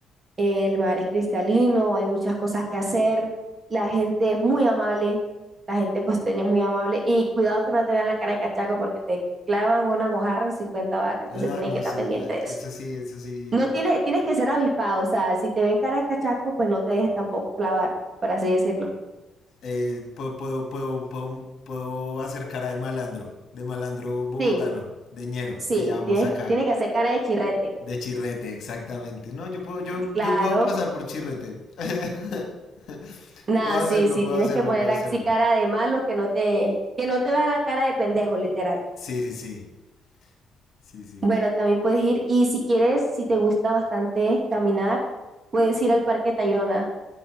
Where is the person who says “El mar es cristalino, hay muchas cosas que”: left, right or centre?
Right